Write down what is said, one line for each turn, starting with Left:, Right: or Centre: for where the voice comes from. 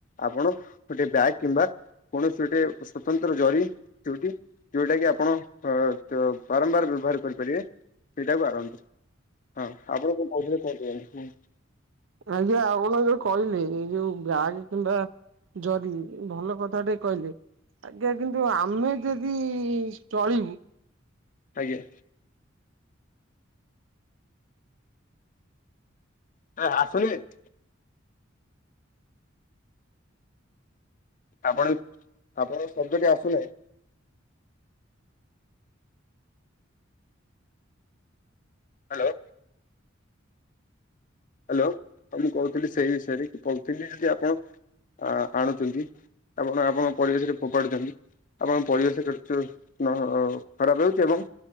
Left: ଆପଣ ଗୋଟେ ବ୍ୟାଗ କିମ୍ବା କୌଣସି ଗୋଟେ ସ୍ଵତନ୍ତ୍ର ଜରି ଯୋଉଠି ଯୋଉଟାକି ଆପଣ ବାରମ୍ବାର ବ୍ୟବହାର କରିପାରିବେ, ସେଇଟାକୁ ଆଣନ୍ତୁ। ହଁ ଆପଣ କଣ କହୁଥିଲେ କୁହନ୍ତୁ। <unintelligible>
Right: ଆଜ୍ଞା ଆପଣ ଯଉ କହିଲେ ଏଇ ଯୋଉ ବ୍ୟାଗ କିମ୍ବା ଜରି ଭଲ କଥା ଟେ କହିଲେ। ଆଜ୍ଞା କିନ୍ତୁ ଆମେ ଯଦି ଚଳିବୁ
Left: ଆଜ୍ଞା। <unintelligible> ଆପଣ ଆପଣଙ୍କ ଶବ୍ଦଟି ଆସୁନାହିଁ। ହାଲୋ। ହ୍ୟାଲୋ। ହଉ ମୁଁ କହୁଥିଲି ସେଇ ବିଷୟରେ କି ପଲିଥିନ୍ ଯଦି ଆପଣ ଆଣୁଛନ୍ତି ଆପଣ ଆପଣଙ୍କ ପରିବେଶରେ ଫୋପାଡୁଛନ୍ତି। ଆପଣଙ୍କ ପରିବେଶ <unintelligible> ଖରାପ ହେଉଚି ଏବଂ